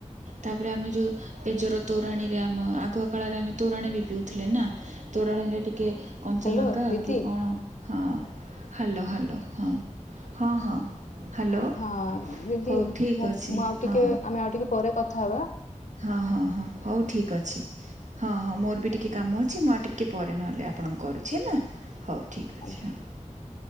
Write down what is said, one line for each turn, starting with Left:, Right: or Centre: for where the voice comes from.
Right: ତାପରେ ଆମେ ଯୋଉ ପେଜର ତୋରାଣୀରେ ଆମ ଆଗ କାଳରେ ଆମେ ତୋରାଣ ବି ପିଉଥିଲେ ନା ତୋରାଣୀରେ ଟିକ କି କଞ୍ଚଲଙ୍କା
Left: ହ୍ୟାଲୋ ଦିଦି
Right: କି କଣ ହଁ ହ୍ୟାଲୋ ହାଲୋ ହଁ ହଁ ହଁ ହ୍ୟାଲୋ
Left: ହଁ ଦିଦି
Right: ହଉ ଠିକ୍
Left: ମୁଁ
Right: ଅଛି
Left: ମୁଁ ଆଉ
Right: ହଁ
Left: ଟିକେ ଆମେ ଆଉ ଟିକେ ପରେ କଥା ହବା ।
Right: ହଁ ହଁ ହଁ ହଉ ଠିକ ଅଛି ହଁ ହଁ ମୋର ବି ଟିକେ କାମ ଅଛି । ଅଛି ମୁଁ ଆ ଟିକିେ ପରେ ନହେଲେ ଆପଣଙ୍କୁ କରୁଛି ହେଲା ହଉ ଠିକ୍ ଅଛି
Left: ଆଜ୍ଞା।
Right: ହଁ ।